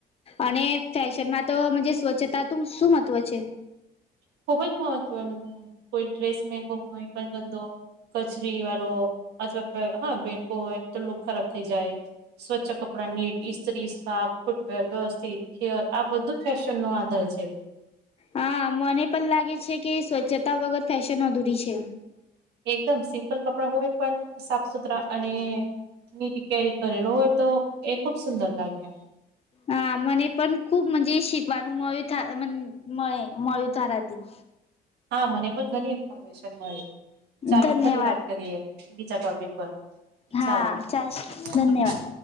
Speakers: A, on the left; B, on the right.
A: અને ફેશનમાં તોજ સ્વચ્છતાનું શું મહત્વ છે.
B: ખુબ જ મહત્વનું કોઈ ડ્રેસ મંગો હોય પણ ગંદો- કચરી વાળો અથવા હા બેનકો હોય તો લુક ખરાબ થઈ જાય- સ્વચ્છ કપડા નીટ સ્ત્રી સાફ ફૂટવેર વ્યવસ્થિતે આ બધું ફેશન નો આધાર છે.
A: હા મને પણ લાગે છે કે સ્વચ્છતા વગર ફેશન અધૂરી છે.
B: એકદમ સિમ્પલ કપડા હોય પણ સાફ સુથરા અને- નીટ કેરી કરેલો હોય તો એ ખુબ સુંદર લાગે-
A: હા મને પણ ખુબજ શીખવાનું મળ્યું મળે મળ્યું તારાથી-
B: હા મને પણ ઘણી ઇન્ફોર્મેશન મળી ચાલો
A: ધન્યવાદ
B: ફરી વાત કરીએ- બીજા ટોપિક પર
A: હા
B: ચાલો
A: ચાલ ધન્યવાદ.
B: હા-